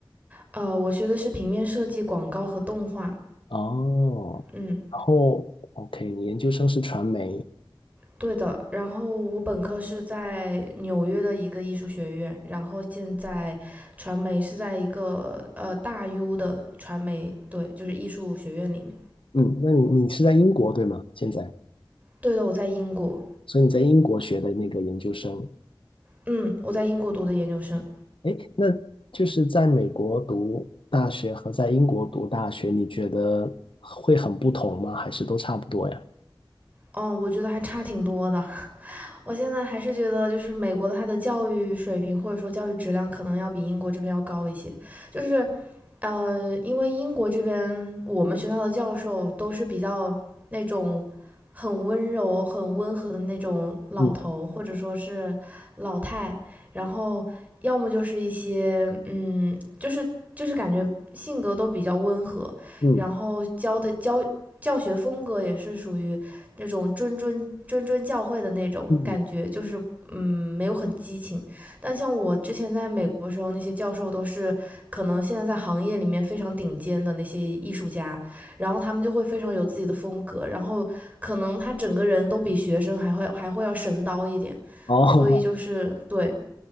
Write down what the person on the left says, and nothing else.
哦，
然后 OK，你研究生是传媒，
嗯，那你你是在英国对吗？现在，
所以你在英国学的那个研究生，
哎，那就是在美国读大学和在英国读大学，你觉得会很不同吗？还是都差不多呀？
嗯
嗯
嗯，
哦，